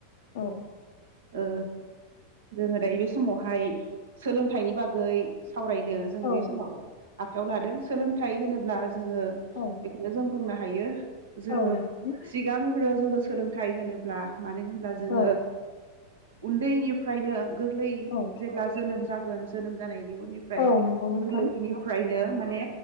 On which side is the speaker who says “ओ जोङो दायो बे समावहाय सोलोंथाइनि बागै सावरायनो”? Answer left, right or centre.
Right